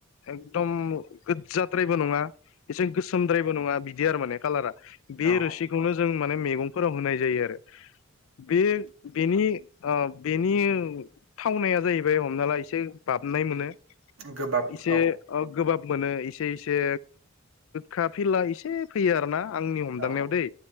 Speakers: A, on the left (about 65°); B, on the right (about 60°).
A: एकदम गोदजाद्रायबो नङा। एसे <unintelligible> नंङा बिदि आरो माने कालारा बे
B: औ
A: रोसिखौनो जों माने मैगंफोराव होनाय जायो आरो बे बेनि ओ बेनि थावनाया जाहैबाय हमना ला एसे बाबनाय मोनो
B: गोबाब
A: एसे
B: औ
A: गोबाब मोनो एसे इसे खाफिला एसे फैयो आरोना आंनि हमदांनायाव
B: औ
A: दै